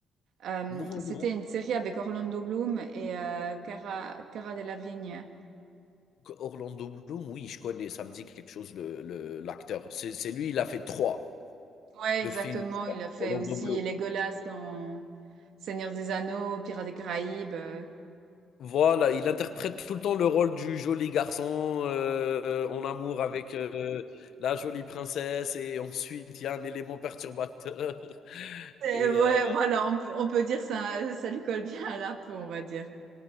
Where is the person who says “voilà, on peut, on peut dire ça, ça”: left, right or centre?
Right